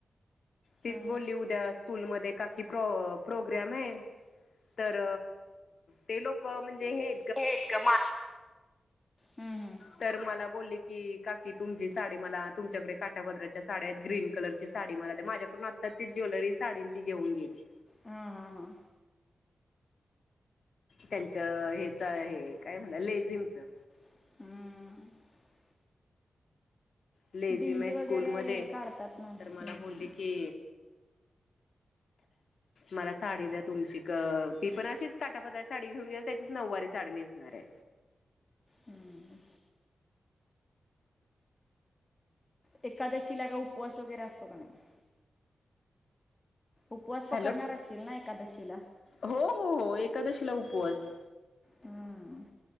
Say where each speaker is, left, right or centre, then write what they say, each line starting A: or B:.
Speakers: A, on the left (about 65°); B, on the left (about 20°).
A: तीच
B: हां
A: बोलली उद्या स्कूलमध्ये काकी प्रो- प्रोग्रॅम आय. तर ते लोक म्हणजे हे
B: हेच ग मा. हम् हम्म.
A: तर मला बोलली की काकी तुमची साडी मला तुमच्याकडे काटापद्रा च्या साड्या हाईत ग्रीन कलरची साडी मला द्या माझ्याकडून आता ती ज्वेलरी साडी तीे घेऊन गेली.
B: हा हा हा.
A: त्यांच्य हेचा हे आय काय म्हणतात लेझिमचं.
B: हम्म.
A: लेझीम
B: दिंडी
A: ए स्कूलमध्ये
B: वगैरे काढतात ना
A: तर मला
B: हम्म
A: बोलली की मला साडी द्या तुमची ती पण अशीच काट टापद्राची साडी घेऊन गेली त्याचीच नऊवारी साडी नेसणाराय.
B: हम्म एकादशीला का उपवास वगैरे असतो का नाय? उपवास पकडणार
A: हॅलो
B: असशील ना एकादशीला?
A: हो हो हो एकादशीला उपवास.
B: हम्म.